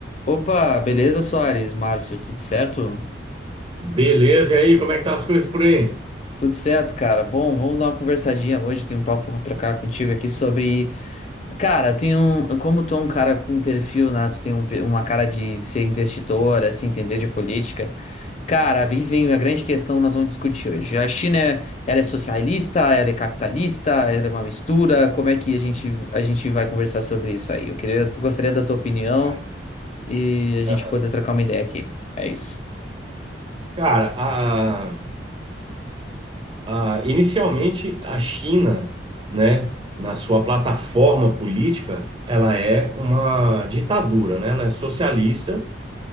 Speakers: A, on the left; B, on the right.
A: Opa, beleza, Soares? Márcio, tudo certo?
B: Beleza, e aí, como é que tá as coisas por aí?
A: Tudo certo, cara. Bom, vamos dar uma conversadinha hoje. Eu tenho um papo pra trocar contigo aqui sobre. Cara, tem um. Como tu é um cara com perfil, né? Tu tem um pe- uma cara de ser investidor, assim, entender de política. Cara, aí vem a grande questão que nós vamos discutir hoje. A China, ela é socialista, ela é capitalista, ela é uma mistura. Como é que a gente, a gente vai conversar sobre isso aí? Eu queria, gostaria da tua opinião
B: Cara,
A: e a gente
B: aham.
A: poder trocar uma ideia aqui. É isso.
B: Cara, a, a- inicialmente a China, né, na sua plataforma política, ela é uma ditadura, né? Ela é socialista